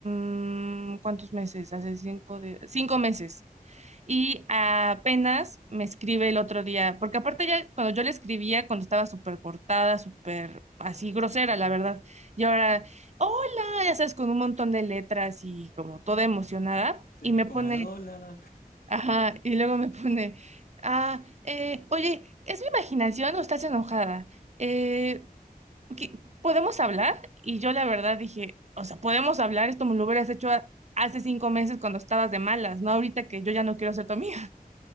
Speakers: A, on the right; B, on the left.
A: mm, ¿cuántos meses? Hace cinco, de, cinco meses. Y apenas me escribe el otro día, porque aparte ya cuando yo le escribía, cuando estaba súper cortada, súper así grosera, la verdad, y ahora... ¡Hola! No, ya sabes, con un montón de letras y como toda emocionada,
B: sí,
A: y me
B: como
A: pone,
B: el hola.
A: ajá, y luego me pone, ah, eh, oye, ¿es mi imaginación o estás enojada? Eh, ¿qué- ¿podemos hablar? Y yo la verdad dije, o sea, podemos hablar, esto me lo hubieras hecho a- hace cinco meses cuando estabas de malas, no ahorita que yo ya no quiero ser tu amiga. <laughs>